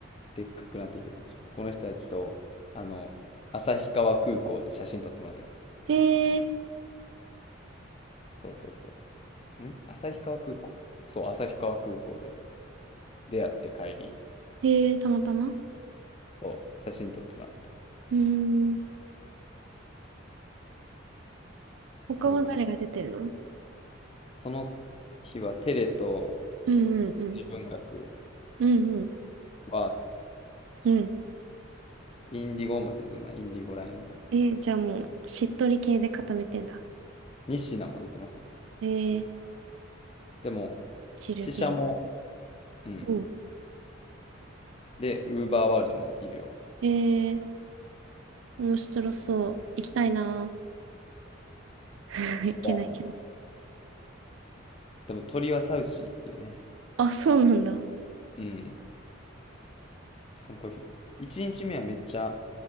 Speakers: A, on the left; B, on the right.
A: でっかくなってきてるかもしれない。この人たちと、あの、旭川空港で写真撮ってもらったけど。
B: へえ、
A: そうそうそう。ん旭川空港そう、旭川空港で出会って帰り、
B: へえ、たまたまう
A: そう、写真撮ってもらった。
B: ーん。
A: それか。
B: 他は誰が出てるの
A: その日はテレと
B: うん、うん、うん、
A: 自分学、
B: うん、うん、
A: ワーツ、
B: うん。
A: インディゴも出てない、インディゴラエンド。
B: えー、じゃあもう、しっとり系で固めてんだ。
A: ニシナも出てますね。
B: えー、
A: でも、
B: チル系。
A: 死者もうん。
B: うん。
A: で、ウーバーワールドもいるよ
B: えー、面白そう。行きたいな。<laughs> 行けないけど。
A: わ。でも鳥はサウシーっていうね。
B: あ、そうなんだ。
A: うん。しかもこれ、1日目はめっちゃ、